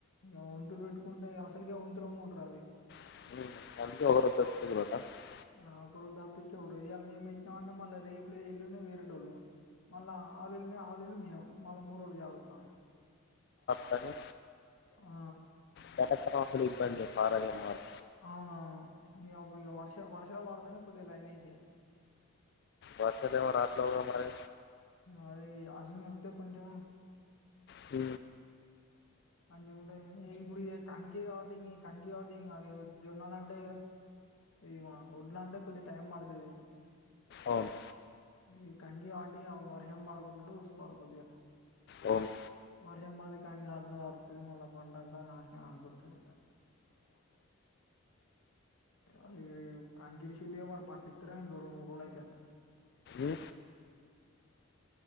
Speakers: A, on the left (about 75°); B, on the left (about 50°).
A: ఇంక వంతులు పెట్టుకుంటే అసలుకె వంతులమోటారు అది
B: <unintelligible>
A: ఆ ఒక రోజు తప్పిచ్చి ఒక రోజు ఇలా మేము పెట్టినం అంటే మళ్ళ రేపు లేదు ఎల్లుండి వేరేటోళ్లు మళ్ళ ఆవుల ఎల్లుండి ఆవుల నుండి మేము మళ్ళా మూడు రోజులు గ్యాప్ వత్తాంది పాపాడ్
B: కానీ
A: యహ
B: కనెక్షన్ ఇబ్బంది ఫరంగా మారు
A: అవునవును ఇగ అప్పుడు వర్ష వర్షాలు వాడుతేనే కొద్దిగా లైన్ అయితయి
B: వస్తుందేమో రాట్ల కేమో మరి
A: అదే అసిం వత్తే కొంచం
B: హ
A: మంచి గుంటది ఇప్పుడు ఇగ కంకి కాబట్టి కంకి కాబట్టి ఇంగ జొన్నలు అంటే ఇగ ఒడ్లా అంటే కొంచెం టైం పడుతది
B: అవును
A: ఐయూ కంకి వాడు ఇగ వర్షం పడుకుండడు చూసుకోవాలి కొద్దిగా
B: అవును
A: వర్షం పడది పైను ధర్తో ఆడుతది మళ్ళా పంట అంత నాశనం ఐపోతాది అదే కంకి ఇరిసిల్లు ఏమో పట్టిత్తరేమో రెండు మూడు రోలు అయితే
B: ఉ